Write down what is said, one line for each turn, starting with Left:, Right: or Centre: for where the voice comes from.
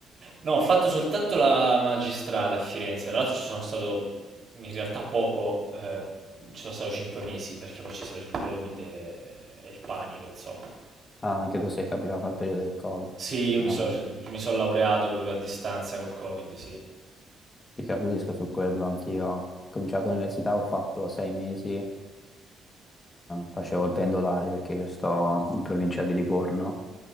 Right: No, ho fatto soltanto la magistrale a Firenze, tra l'altro ci sono stato in realtà poco, eh, ci sono stato cinque mesi perché poi c'è stato il Covid e, e il panico, insomma.
Left: Ah, anche tu sei capitato al periodo del Covid.
Right: Sì, io
Left: Ah.
Right: mi sono mi son laureato proprio a distanza col Covid, sì.
Left: Ti capisco su quello, anch'io. Ho cominciato l'università, ho fatto sei mesi, eh, facevo il pendolare perché io sto in provincia di Livorno,